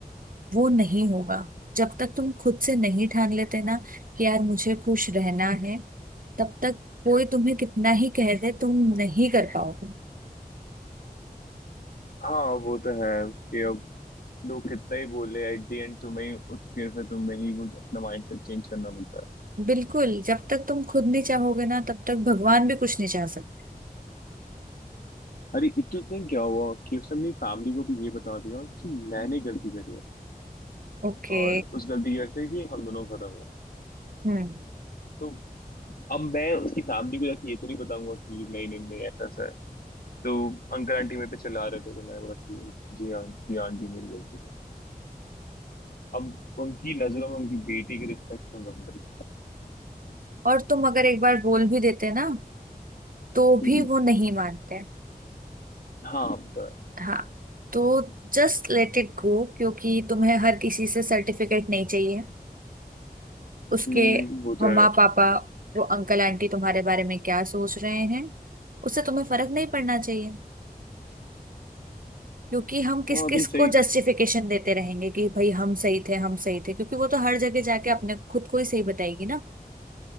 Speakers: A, on the right; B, on the left.
A: वो नहीं होगा जब तक तुम खुद से नहीं ठान लेते ना कि यार मुझे खुश रहना है तब तक कोई तुम्हें कितना ही कह दे तुम नहीं कर पाओगे
B: हाँ वो तो है कि अब लोग कितना ही बोले एट द एंड तुम्हें ही उठ के फिर तुम्हें ही वो अपना माइंडसेट चेंज करना पड़ता है
A: बिल्कुल जब तक तुम खुद नहीं चाहोगे ना तब तक भगवान भी कुछ नहीं चाह सकते
B: अरे इतने दिन क्या हुआ कि उसने अपनी फैमिली को भी ये बता दिया कि मैंने गलती करी है
A: ओके
B: और उस गलती की वजह से कि हम दोनों खत्म हुआ
A: हम्म
B: तो अब मैं उसकी फैमिली को जाके ये तो नहीं बताऊंगा कि नहीं नहीं नहीं ऐसा ऐसा है तो अंकल आंटी मेरे पे चिल्ला रहे थे तो मैंने बोला कि जी हाँ जी हाँ, आंटी मेरी गलती है अब उनकी नजरों में उनकी बेटी की रिस्पेक्ट क्यों कम करी
A: और तुम अगर एक बार बोल भी देते ना तो
B: हम्म,
A: भी वो नहीं मानते
B: हाँ वो तो है
A: हाँ तो जस्ट लेट इट गो क्योंकि तुम्हें हर किसी से सर्टिफिकेट नहीं चाहिए उसके
B: हम्म, वो
A: मम्मा
B: तो है
A: पापा वो अंकल आंटी तुम्हारे बारे में क्या सोच रहे हैं उससे तुम्हें फर्क नहीं पड़ना चाहिए क्योंकि हम किस
B: हाँ
A: किस
B: तुम सही
A: को जस्टिफिकेशन देते रहेंगे कि भाई हम सही थे हम सही थे क्योंकि वो तो हर जगह जाके अपने खुद को ही सही बताएगी ना